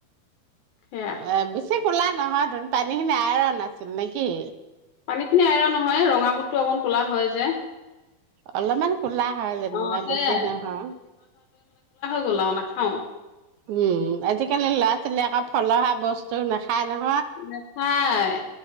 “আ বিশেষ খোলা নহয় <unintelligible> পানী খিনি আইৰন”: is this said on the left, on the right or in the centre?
Right